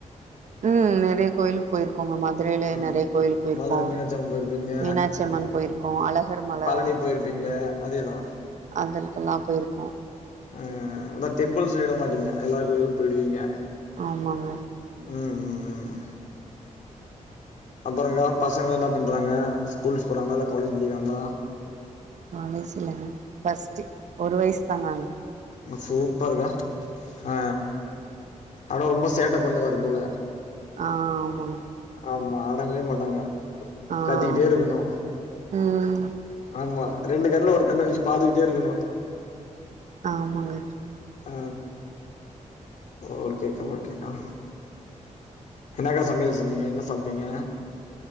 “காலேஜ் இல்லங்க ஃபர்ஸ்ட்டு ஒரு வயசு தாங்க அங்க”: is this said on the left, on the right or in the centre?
Right